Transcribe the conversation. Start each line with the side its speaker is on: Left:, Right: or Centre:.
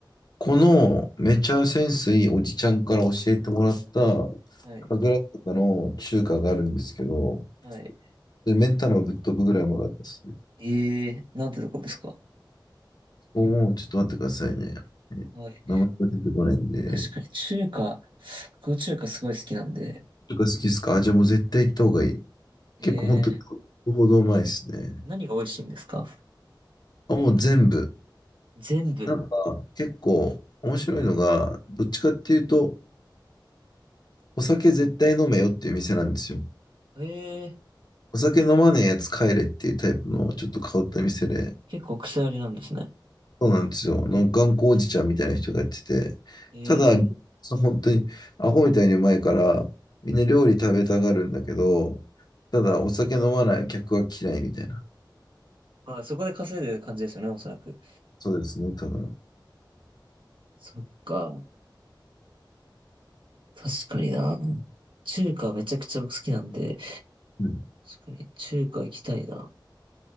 Left: このめちゃ潜水おじちゃんから教えてもらった、
Right: はい、
Left: 神楽坂の中華があるんですけど、
Right: はい。
Left: で、メンタぶっ飛ぶぐらいうまかったですね。
Right: えー、なんてところですか
Left: もう、ちょっと待ってくださいね。ね名前が出てこないんで。
Right: はい。確かに中華、僕中華すごい好きなんで、
Left: とか好きですかあ、じゃあもう絶対行った方がいい。
Right: え
Left: 結構本当にほどうまいですね。
Right: 何が美味しいんですか
Left: あ、もう全部。
Right: 全部。
Left: なんか、結構面白いのが、どっちかっていうと、お酒絶対飲めよっていう店なんですよ。
Right: ええ、
Left: お酒飲まねえやつ帰れっていうタイプのちょっと変わった店で、
Right: 結構癖ありなんですね。
Left: そうなんですよ。の頑固おじちゃんみたいな人がやってて、
Right: ええ、
Left: ただ、本当にアホみたいにうまいから、みんな料理食べたがるんだけど、ただお酒飲まない客は嫌いみたいな。
Right: まあそこで稼いでる感じですよね、おそらく。
Left: そうですね、多分。
Right: そっか。確かにな。中華めちゃくちゃ僕好きなんで、
Left: うん、
Right: 確かに中華行きたいな。